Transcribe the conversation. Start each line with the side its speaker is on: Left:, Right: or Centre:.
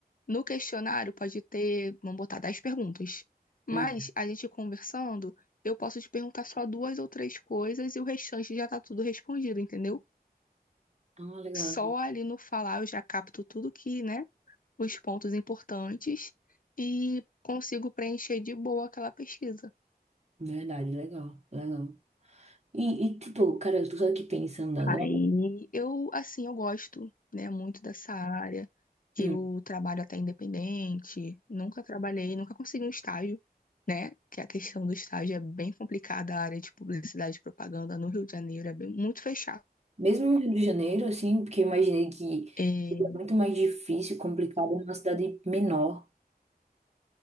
Left: no questionário pode ter, vamos botar, 10 perguntas, mas
Right: hum,
Left: a gente conversando, eu posso te perguntar só duas ou três coisas e o restante já tá tudo respondido, entendeu?
Right: ah, legal,
Left: Só ali no falar eu já capto tudo que, né, os pontos importantes e consigo preencher de boa aquela pesquisa.
Right: verdade, legal, legal. E, e tipo, cara, eu tô só aqui pensando agora.
Left: Aí eu, assim, eu gosto, né, muito dessa área.
Right: hum.
Left: Eu trabalho até independente, nunca trabalhei, nunca consegui um estágio, né? Que a questão do estágio é bem complicada, a área de publicidade e propaganda no Rio de Janeiro é bem, muito fechado.
Right: Mesmo no Rio de Janeiro, assim, porque eu imaginei que
Left: É,
Right: seria muito mais difícil, complicado numa cidade menor,